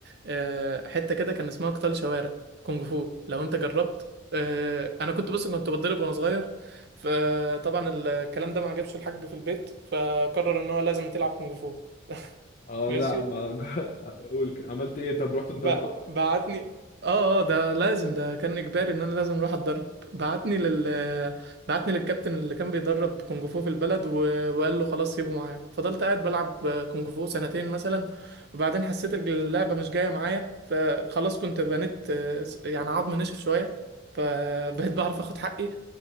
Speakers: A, on the right; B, on the left.
A: آه، حتة كده كان اسمها قتال شوارع كونج فو لو انت جربت آه، انا كنت بص كنت بتضرب وانا صغير فطبعا الكلام ده ما عجبش الحاج في البيت فقرر ان هو لازم تلعب كونج فو
B: اه
A: ماشي
B: لا ما <laughs> اقول كده. عملت ايه طب رحت اتدربت
A: ب... بعتني اه اه ده لازم ده كان اجباري ان انا لازم اروح اتدرب بعتني لل بعتني للكابتن اللي كان بيدرب كونج فو في البلد و... وقال له خلاص سيبه معاك فضلت قاعد بلعب كونج فو سنتين مثلا وبعدين حسيت إن اللعبة مش جاية معايا فخلاص كنت بنيت آه، يعني عظم نشف شوية فبقيت بعرف اخد حقي